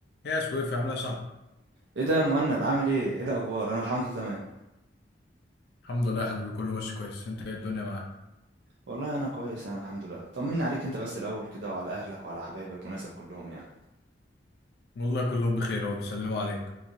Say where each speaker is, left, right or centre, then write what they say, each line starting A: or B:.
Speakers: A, on the left; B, on the right.
A: يا سويف عامل ايه يا صاحبي
B: ايه ده يا مهند عامل ايه ايه الاخبار انا الحمد لله تمام
A: الحمد لله يا حبيبي كله ماشي كويس انت ايه الدنيا معاك
B: والله انا كويس انا الحمد لله طمني عليك انت بس الاول كده وعلى اهلك وعلى حبايبك وناسك كلهم يعني
A: والله كلهم بخير اهو بيسلموا عليك